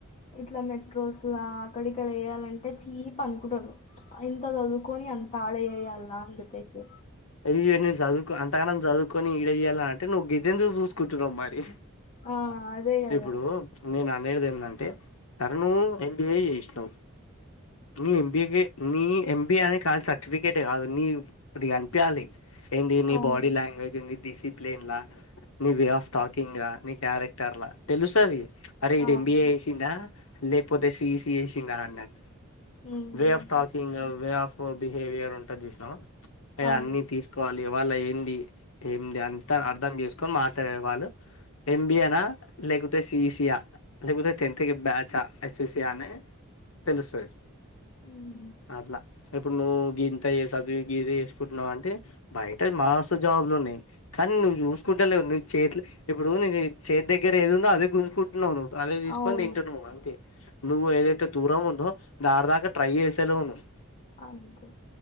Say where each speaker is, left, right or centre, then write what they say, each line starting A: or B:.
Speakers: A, on the left (about 30°); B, on the left (about 70°).
A: ఇట్లా మెట్రోస్లా అక్కడ ఇక్కడ చేయాలంటే చీపు అనుకుంటరు అంత సదువుకొని అంత ఆడ చేయాల్లా అందుకేసి
B: ఇగ నే చదువుకో అంతగానం చదువుకొని ఈడ ఇయ్యాల అంటే నువ్వు గిదెందుకు చూసుకుంటున్నావు మరి
A: ఆ అదే కదా
B: ఇప్పుడు నేన మేడి దేందంటే అరూనూ ఎల్ ఎంబిఎ చేసినవ్ నీ ఎంబిఏ కె నీ ఎంబిఏ అనే కాదు సర్టిఫికట్ కాదు నీ ఫుడ్ గాని ప్యాలి ఏంది నీ
A: అవును
B: బాడీ లాంగ్వేజ్ ఎంది దిస్ డిప్లెన్ల నీ వే ఆఫ్ టాకింగ్ గా నీ క్యారెక్టర్ లా తెలుసది అరే ఇది
A: అవును
B: ఎంబిఏ చేసిండా లేపోతే సి ఇ సి చేసిండా అన్నట్
A: um
B: way of talking way of behaviour ఉంటది చూసినావా ఎ
A: అవును
B: అన్ని తీసుకోవా ఇగ వాళ్ళ ఏంది ఏంది అంతా అర్థం చేసుకొని మాట్లాడే వాళ్ళు ఎంబిఏనా లేకుంటే సి ఇ సి యా లేకపోతే టెన్త్ కి బ్యాచ ఎస్సిసి అని తెలుస్తది
A: ఉమ్
B: అట్లా ఇప్పుడు నువ్వు గీంత యే సదివి గీదే పొద్దున వంటే బయట మస్తు జాబ్ లున్నాయి కానీ నువు చూసుకుంటలేవు నీకు చేతుల ఇప్పుడు నీ చేతి దగ్గర ఏది ఉందో అదే గుంజుకుంటున్నావు నువు అదే తీసుకొని
A: అవును
B: తింటు నువ్ అంతే నువ్వు ఏదైతే దూరం ఉందో దారి రా కా ట్రై చేసలేవు నువు
A: అంతే